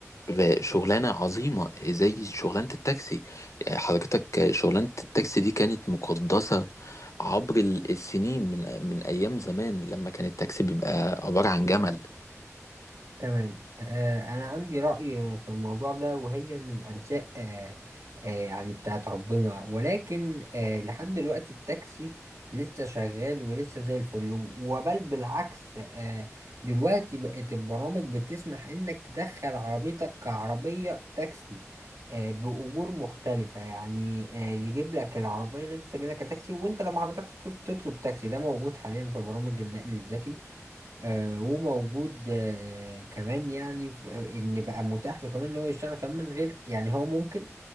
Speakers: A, on the left; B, on the right.
A: ب- شغلانه عظيمه زي شغلانه التاكسي حضرتك شغلانه التاكسي دي كانت مقدسه عبر ال- السنين من من ايام زمان لما كان التاكسي بيبقى عباره عن جمل
B: تمام آه، أنا عندي رأي في الموضوع ده وهي إن الأرزاق آه، آه، يعني بتاعت ربنا ولكن آه، لحد دلوقتي التاكسي لسه شغال ولسه زي الفل وبل بالعكس آه، دلوقتي بقت البرامج بتسمح إنك تدخل عربيتك كعربية تاكسي آه، بأجور مختلفة يعني آه، يجيب لك العربية اللي أنت سجلها كتاكسي وأنت لما حضرتك تطلب تطلب تاكسي ده موجود حاليا في برامج النقل الذكي آه، وموجود آه، كمان يعني في- ان بقى متاح له كمان ان هو يشتغل كمان من غير يعني هو ممكن